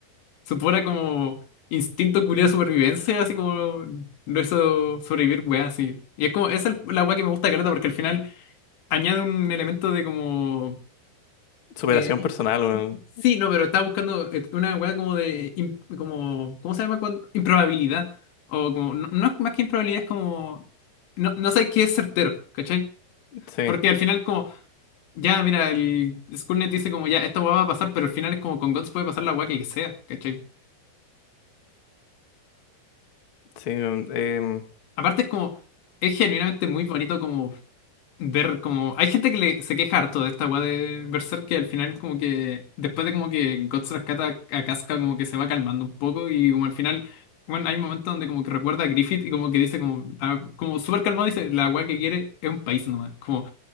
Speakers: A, on the left (about 80°); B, on the left (about 55°).
A: su pura como instinto curioso de supervivencia, así como lo hizo sobrevivir, weá, así. Y es como, esa es la weá que me gusta Careta, porque al final añade un elemento de como.
B: superación
A: eh, i-
B: personal, weón,
A: sí, no, pero estaba buscando eh, una weá como de. im- como, ¿cómo se llama cuando? Improbabilidad. O como. No, no es más que improbabilidad, es como. No, no sabes qué es certero, ¿cachai?
B: sí,
A: Porque al final, como. Ya, mira, el Skynet dice como ya, esta weá va a pasar, pero al final es como con Guts puede pasar la weá que sea, ¿cachai?
B: sí, weón, em,
A: Aparte es como, es genuinamente muy bonito como ver como... Hay gente que le, se queja harto de esta weá de Berserk que al final como que, después de como que Guts rescata a Casca como que se va calmando un poco y como al final, bueno, hay un momento donde como que recuerda a Griffith y como que dice como, ah, como súper calmado dice, la weá que quiere es un país nomás. Como,